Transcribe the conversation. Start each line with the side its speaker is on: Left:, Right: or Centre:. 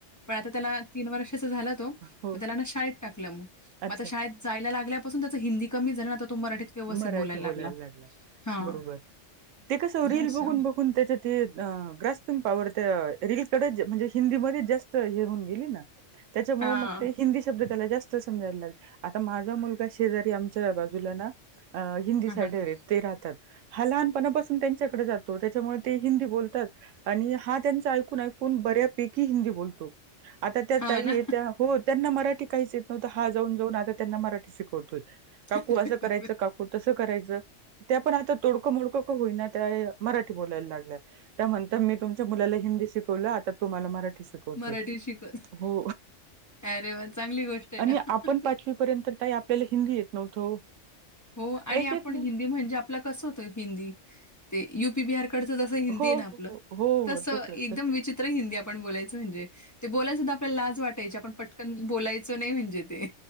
Left: पणं आंता त्यांला तीनं वर्षाचा झांला तो मं
Right: हो
Left: त्यांला नां शाळेंत टाकलं मंग मंग
Right: अच्छा
Left: आंता शाळेंत जायंला लागल्यांपासून त्यांचं हिंदी कमी झालं नां आंता तो मराठीत व्यवस्थित
Right: मराठी
Left: बोलायला
Right: बोलायंला
Left: लागला.
Right: लागलां
Left: हां,
Right: बरोबर ते कसं रील
Left: असं.
Right: बघूंन बघूंन पणं त्यांच्या तं ग्रस्तांना प पावरत रीलकडे म्हणजे हिंदीमध्यें जास्तं हे होऊन गेली नां त्यांच्यामुळे
Left: हां.
Right: मंग ते हिंदी शब्दं त्यांला जास्तं समजायंला लागेल आंता माझां मुलंगा शेजारी आमच्यां बाजूंला नां अं हिंदी
Left: हां,
Right: साईडर
Left: हां.
Right: ते राहतांत हां लहांनपणांपासून त्यांच्याकडे जातो त्यांच्यामुळे ते हिंदी बोलतांत आणि हां त्यांच ऐकूंन ऐकूंन बऱ्यापैकी हिंदी बोलतो आंता त्यां
Left: हां
Right: ताई
Left: ना.
Right: त्यां हो त्यांना मराठी कांहीं येतं नव्हतं हां जाऊंन जाऊंन आंता त्यांना मराठी शिकवतो कांकू
Left: अरे
Right: असं करायचं
Left: बापरे!
Right: कांकू तसं करायचं त्यां पणं आंता तोडकं मोडकं कां होईना त्यां मराठी बोलायंला लागल्यां त्यानंतर मी तुमच्यां मुलांला हिंदी शिकवलं आंता तो मलां मराठी शिकवतो
Left: मराठी शिकवते.
Right: हो
Left: अरे वाह! चांगली गोष्ट आहे
Right: आणि
Left: ना.
Right: आपलं पणं पांचवीपर्यंत कांहीं आपल्यांला हिंदी येतं नव्हतं
Left: हो आणि
Right: काहीच
Left: आपणं
Right: येत नव्हतं
Left: हिन्दी म्हणजे आपलां कसं होतं हिन्दी ते युपी बिहारी डचं जसं हिन्दी
Right: हो
Left: आहे नां आपलं
Right: हो हो
Left: तसं
Right: हो
Left: एकदंम
Right: तसं.
Left: विचित्र हिन्दी आपणं बोलायचं म्हणजे ते बोलायंला सुद्धां आपल्यांला लांज वाटायची आपणं पटकंन बोलायचं नाहीं म्हणजे ते